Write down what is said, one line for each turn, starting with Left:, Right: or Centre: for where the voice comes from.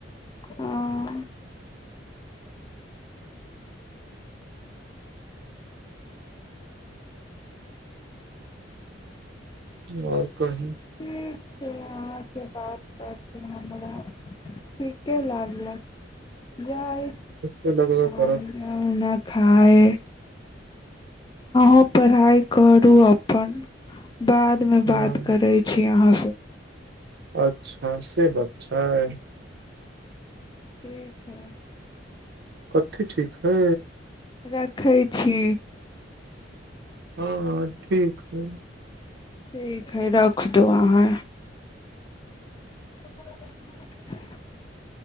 Left: हँ
Right: आओर कह
Left: ठीक छै अहाँसँ बात करती हमरा ठीके लागलक जाय
Right: एते लगबे करत
Left: ान खाय को पढ़ाइ करू अपन बाद में
Right: हँ
Left: बात करे छी अहााँ ह
Right: अच्छा से अच्छा है
Left: ठीक हइ
Right: कथी ठीक है
Left: रखै छी
Right: हँ ठीक है
Left: ठीक हइ रख दू अहाँ ह